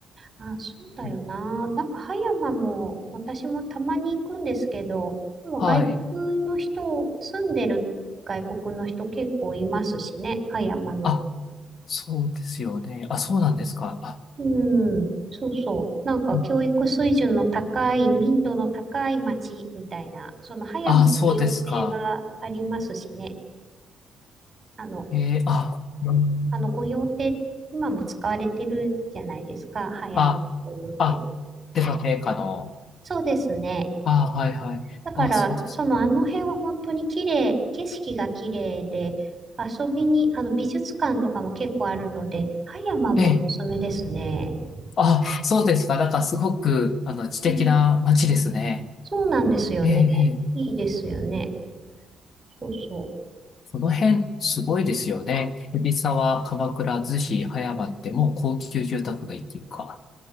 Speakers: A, on the right; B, on the left.
A: あ、そうだよな。
B: うん
A: なんか葉山も私もたまに行くんですけど、でも外国の人、
B: はい。
A: 住んでる外国の人結構いますしね、葉山の。
B: あ、そうですよね。あ、そうなんですか。あ、
A: うん、そうそう。なんか教育水準の高い、
B: うん
A: 民度の高い町みたいな、その葉山御用邸がありますしね。
B: あ、そうですか。
A: あの、
B: えー、あ、うん
A: あの御用邸、今も使われてるじゃないですか、葉山御用邸。
B: あ、あ、でも陛下の、
A: そうですね。
B: あ、はいはい。
A: だから、
B: あ、そうですか。
A: そのあの辺は本当に綺麗、景色が綺麗で、遊びに、あの美術館とかも結構あるので、葉山もおすすめですね。
B: ええ、あ、そうですか。なんかすごく、あの、知的な街ですね。
A: うん、そうなんですよね。
B: ええ、ええ
A: いいですよね。そうそう。
B: この辺、すごいですよね。藤沢、鎌倉、逗子、葉山ってもう高級住宅街っていうか。